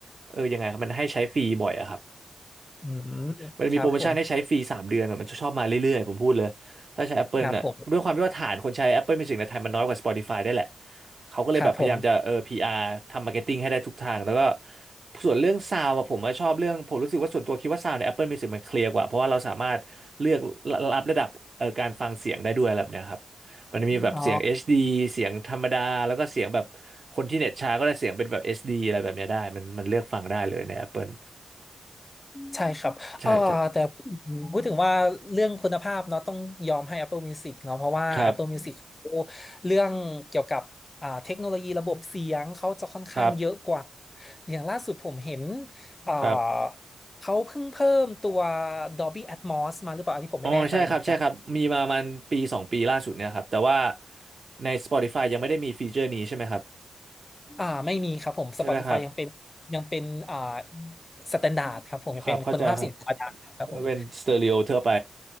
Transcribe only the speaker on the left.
อืมครับผม
ครับผม
ครับผม
อ๋อ
ใช่ครับเอ่อแต่พูดถึงพูดถึงว่าเรื่องคุณภาพเนาะต้องยอมให้
Apple Music เนาะเพราะว่า
Apple Music เขาเรื่องเกี่ยวกับอ่าเทคโนโลยีระบบเสียงเขาจะค่อนข้างเยอะกว่า
อย่างล่าสุดผมเห็นอ่า
เขาเพิ่งเพิ่มตัว Dolby Atmos มาหรือเปล่าอันนี้ผมไม่แน่ใจเหมือนกัน
อ่าไม่มีครับผม
Spotify ยังเป็นยังเป็นอ่าสแตนดาร์ดครับผมยังเป็นคุณภาพเสินค้าดังครับผม